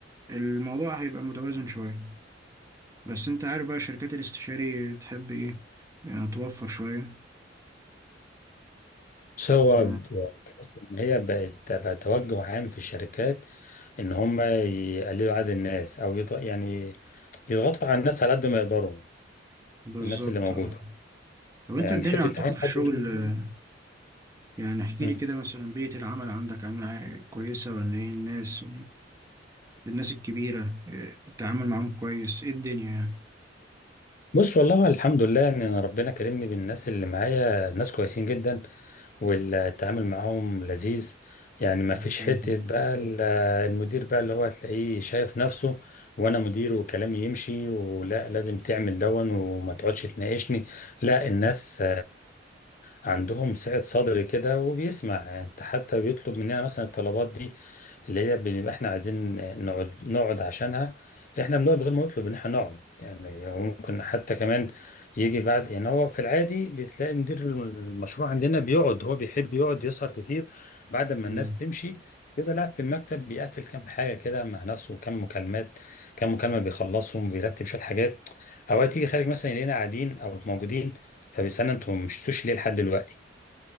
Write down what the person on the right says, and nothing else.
الموضوع هيبقى متوازن شوية بس انت عارف بقى شركات الاستشاري بتحب ايه يعني توفر شوية
ف
بالظبط
آه. طب انت
الدنيا
عندكم
في الشغل
آه، يعني احكي
لي كده مثلا بيئة العمل عندك عاملة كويسة ولا ايه الناس الناس الكبيرة آه، التعامل معاهم كويس ايه الدنيا يعني
الحمد
لله